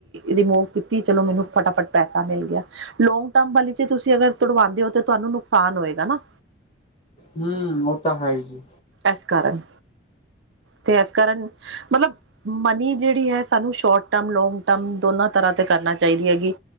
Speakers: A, on the right; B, on the left.
A: ਰਿਮੂਵ ਕੀਤੀ ਚਲੋ ਮੈਨੂੰ ਫਟਾਫਟ ਪੈਸਾ ਮਿਲ ਗਿਆ। ਲੌਗ ਟਰਮ ਵਾਲੀ ਚ ਤੁਸੀਂ ਅਗਰ ਤੁੜਵਾਉਂਦੇ ਹੋ ਤਾਂ ਤੁਹਾਨੂੰ ਨੁਕਸਾਨ ਹੋਏਗਾ ਨਾ।
B: ਹੂੰ ਉਹ ਤਾਂ ਹੈ ਜੀ।
A: ਏਸ ਕਾਰਨ, ਤੇ ਏਸ ਕਿਰਨ ਮਤਲਬ। ਮਨੀ ਜਿਹੜੀ ਐ ਸਾਨੂੰ ਸ਼ੋਰਟ ਟਰਮ ਲੋਂਗ ਟਰਮ ਦੋਨਾਂ ਤਰ੍ਹਾਂ ਤੇ ਕਰਨਾ ਚਾਹੀਦੀ ਹੈਗੀ।